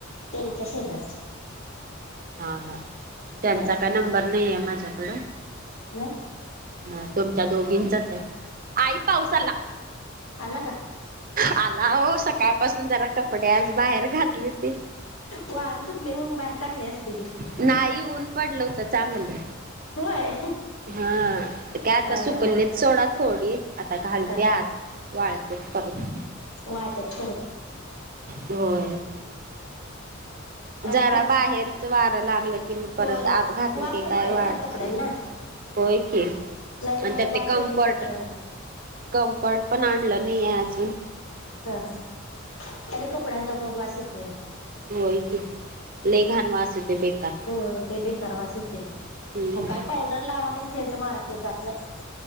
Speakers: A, on the left; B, on the right.
A: त्यांच्या शेजारचे
B: हा हा त्यांचा
A: असं
B: काय नंबर
A: झालं
B: नाही आहे माझ्याकड...
A: नाही...
B: ह तुमच्या दोघींचच आहे आई पावसाला..
A: आला का?
B: आला हो सकाळपासून जरा कपडे आज बाहेर घातली ती...
A: वार सुटले म्हणून बाहेर टाकले असतील..
B: नाही ऊन पडलं होत चांगलं...
A: होय.
B: हा काय
A: हा
B: आता सुकललेच
A: हा हा
B: सोडा थोडी आता घालते
A: हा
B: आत वाळतेच परत
A: वाळतात
B: होय
A: आणि
B: जरा
A: काय
B: बाहेरच वार लागलं की कि म परत
A: होय
B: आत घातली
A: वास
B: का
A: येत
B: काय
A: नाही
B: वाट
A: ग कपड्यांना
B: नाही होय की आणि
A: नाहीतर मग
B: त्या
A: वास
B: ते कम्फर्ट
A: येतय कपड्यांना
B: कम्फर्ट पण आणलं नाही आहे अजून
A: हा हा. त्या तरी कपड्यांचा बघ वास येतोय.
B: होय की लय घाण वास बेकार
A: हो ते लय बेकार वास येते
B: हम्म.
A: मग काय पावडर लावा नाही सेंट मारा ते जात नाही